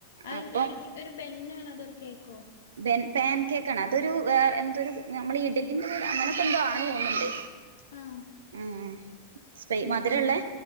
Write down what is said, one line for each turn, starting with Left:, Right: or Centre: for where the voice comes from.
Left: അയിന്ത്‌
Right: അപ്പം
Left: ഒരു ബെന്നാണോ അതൊരു കേക്കോ?
Right: പൻ പാൻ കേക്കാണ് അതൊരു വേറെ എന്തൊരു നമ്മള് ഇഡലിന്റെ പോലെ അങ്ങനെയൊക്കെ എന്തോ ആണ് തോന്നുന്നുണ്ട്.
Left: ആഹ്
Right: ആഹ്‌ ആഹ്‌ സ്പേ
Left: എന്നിട്ട്
Right: മധുരള്ളേ